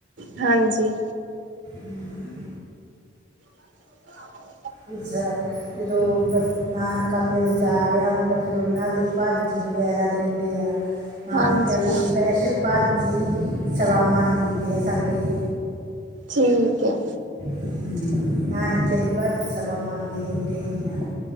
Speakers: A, on the right; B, on the right.
A: ਹਾਂਜੀ।
B: ਹੂੰ।
A: <inaudible>
B: ਫਿਰ ਜ਼ ਜਦੋਂ ਬ ਨਾਨਕਾਮੇਲ ਜਾ ਰੇਆ ਹੁੰਦੈ ਫਿਰ ਓਨਾਂ ਲਈ ਭਾਜੀ, ਵਗੈਰਾ ਦਿੰਦੇ ਆ। ਨਾਨਕੇਆਂ
A: ਹਾਂਜੀ
B: ਲਈ ਸਪੈਸ਼ਲ ਭਾਜੀ ਸਵਾਮੱਣ ਦਿੰਦੇ ਆ ਸਾਡੇ।
A: ਠੀਕ ਐ।
B: ਹੂੰ, ਨਾਨਕੇਆਂ ਦੀ ਭਾਜੀ ਸਵਾਮੱਣ ਦੇਨੀ-ਦੇਨੀ ਆ।